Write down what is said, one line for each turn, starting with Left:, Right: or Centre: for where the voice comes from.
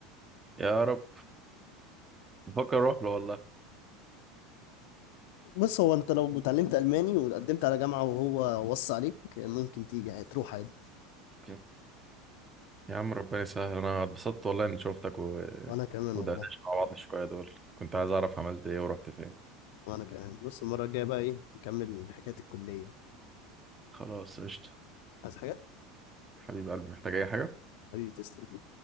Right: يا رب بفكر اروح له والله
Left: بص هو انت لو اتعلمت الماني وقدمت على جامعه وهو وصى عليك ممكن تيجي هتروح عادي
Right: اوكي. يا عم ربنا يسهل انا اتبسطت والله اني شفتك و...
Left: وانا كمان
Right: ودردشت
Left: والله
Right: مع بعض شويه دول كنت عايز اعرف عملت ايه ورحت فين
Left: وانا كمان بص المره الجايه بقى ايه نكمل حكايه الكليه
Right: خلاص قشطه
Left: عايز حاجه
Right: حبيب قلبي محتاج اي حاجه
Left: حبيبي تسلم